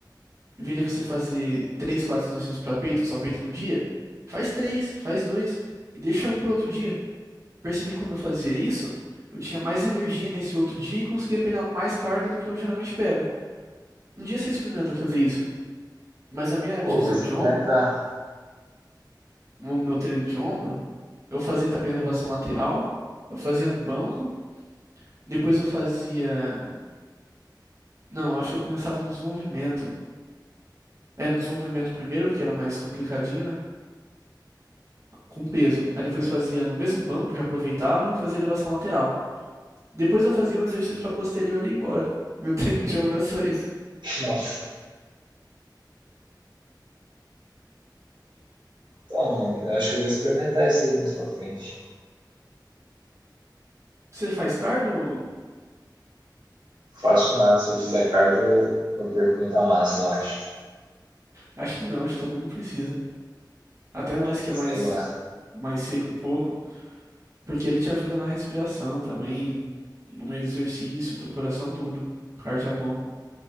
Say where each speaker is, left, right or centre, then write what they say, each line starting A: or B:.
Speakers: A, on the right; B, on the right.
A: em vez de você fazer três, quatro exercícios para peito, só peito num dia, faz três, faz dois e deixa um para outro dia. Percebi que quando eu fazia isso, eu tinha mais energia nesse outro dia e conseguia pegar mais carga do que eu geralmente pego. Um dia você experimenta fazer isso, mas a minha
B: Pô,
A: divisão
B: vou experimentar.
A: de ombro, o meu treino de ombro, Eu fazia também a elevação lateral. Eu fazia no banco. Depois eu fazia. Não, eu acho que eu começava no desenvolvimento. É, no desenvolvimento primeiro, porque era mais complicadinho, né? Com peso. Aí depois fazia no mesmo banco, já aproveitava e fazia elevação lateral. Depois eu fazia um exercício pra posterior e ia embora. <laughs> Meu treino de ombro é isso.
B: <laughs> Nossa. Então, eu acho que eu vou experimentar isso aí mais pra frente.
A: Você faz cardio?
B: Faço nada, se eu fizer cardio, eu- eu perco muita massa, eu acho.
A: Acho que não, acho que todo mundo precisa. Até nós que
B: Sei
A: é mais,
B: lá.
A: mais seco um pouco. Porque ele te ajuda na respiração também, no meio do exercício, teu coração, tudo. O cardio é bom.